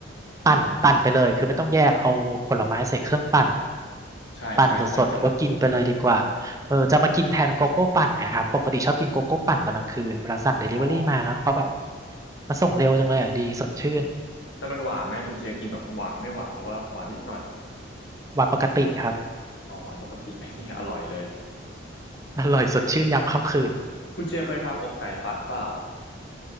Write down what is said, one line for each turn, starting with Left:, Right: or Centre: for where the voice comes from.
Right: ปั่นปั่นไปเลยคือไม่ต้องแยกเอาผลไม้ใส่เครื่องปั่น
Left: ใช่ใช่ใช่ใช่
Right: ปั่นสดๆแล้วก็กินไปเลยดีกว่าเออจะมากินแทนโกโก้ปั่นเนะครับปกติชอบกินโกโก้ปั่นตอนกลางคืนเวลาสั่งเดลิเวอรี่มาแล้วเขาแบบ
Left: อ๋อ
Right: มาส่งเร็วจังเลยอ่ะดีสดชื่น
Left: แต่มันหวานไหมคุณเจกินแบบหวานไม่หวานหรือว่าหวานนิดหน่อย
Right: วันปกติครับ
Left: อ๋อหวานปกติ <laughs> อร่อยเลย
Right: อร่อยสดชื่นยามค่ำคืน
Left: คุณเจเคยทำอกไก่ปั่นเปล่า